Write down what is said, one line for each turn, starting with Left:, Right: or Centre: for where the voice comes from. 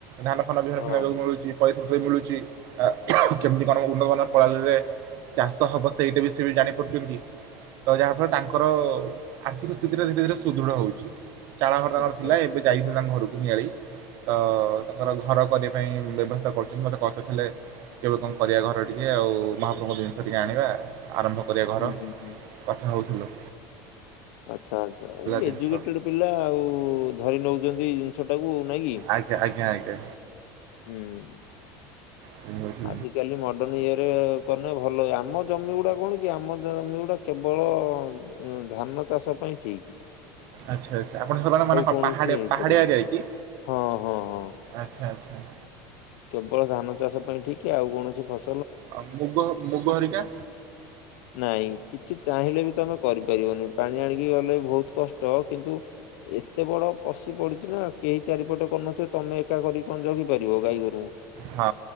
Right: ଧାନ ଫାନ ବିହନ
Left: ହଁ
Right: ଫିହନ ତାକୁ ମିଳୁଛି। ପଇଶା ପତ୍ରବି ମିଳୁଛି ଆ କେମିତି କଣ ଉନ୍ନତ ମାନର ପ୍ରଣାଳୀ ରେ। ଚାଷ ହବ ସେଇଟା ବି ସିଏ ବି ଜାଣିପାରୁଛନ୍ତି ତ ଯାହାଫଳରେ ତାଙ୍କର। ଆର୍ଥିକ ସ୍ଥିତିରେ ଧୀରେ ଧୀରେ ସୁଦୃଢ ହଉଛି। ଚାଳ ଘର ତାଙ୍କର
Left: ଆଚ୍ଛା
Right: ଥିଲା
Left: ହଁ
Right: ଏବେ ଯାଇଥିଲି ତାଙ୍କ ଘରକୁ ନିଆଳି ତ। ତାଙ୍କର ଘର କରିବା ପାଇଁ ବ୍ୟବସ୍ଥା କରୁଛନ୍ତି ମତେ କହୁଥିଲେ। କେବେ କଁ କରିବା ଘର ଟିକି ଆଉ ମହାପ୍ରଭୁଙ୍କ ଜିନିଷ ଟିକେ ଆଣିବା। ଆରମ୍ଭ କରିବା ଘର
Left: ହୁଁ ହୁଁ ହୁଁ
Right: କଥା ହେଉଥିଲୁ।
Left: ଆଚ୍ଛା ଆଚ୍ଛା ଏ
Right: ଜିନିଷ
Left: ଏଜୁକେଟେଡ ପିଲା ଆଉ ଧରି ନଉଛନ୍ତି। ଚାଷ ଟାକୁ ନାଇଁ କି
Right: ଆଜ୍ଞା ଆଜ୍ଞା ଆଜ୍ଞା
Left: ହୁଁ।
Right: ଏ ହଉଛି
Left: ଆଜିିକାଲି ମ ତମେ ଇଏରେ କଲେ ଭଲ ଆମ ଜମି ଗୁଡା କଣ କି ଆମ ଜମି ଗୁଡା କେବଳ। ଉଁ ଧାନ ଚାଷ ପାଇଁ ଠିକ।
Right: ଆଚ୍ଛା ଆଚ୍ଛା ଆପଣ ସିଆଡେ ମାନେ
Left: କୌଣସି
Right: ପାହାଡିଆ
Left: ହେଇପାରିବନି
Right: ପାହାଡିଆ ଏରିଆ କି।
Left: ହଁ ହଁ ହଁ
Right: ଆଚ୍ଛା ଆଚ୍ଛା।
Left: କେବଳ ଧାନ ଚାଷ ପାଇଁ ଠିକ ଆଉ କୌଣସି ଫସ
Right: ଆଉ ମୁଗ ମୁଗ ହରିକା?
Left: ନାଇଁ କିଛି ଚାହିଁଲେ ବି ତମେ କରିପାରିବନି ପାଣି ଆଣିକି ଗଲେ ବହୁତ କଷ୍ଟ କିନ୍ତୁ। ଏତେ ବଡ ପଶି ପଡିଛି ନା କେହି ଚାରିପଟେ କରୁନଥିବେ ତମେ ଏକା କରି କଣ ଜଗି ପାରିବ ଗାଈ ଗୋରୁଙ୍କୁ?
Right: ହଁ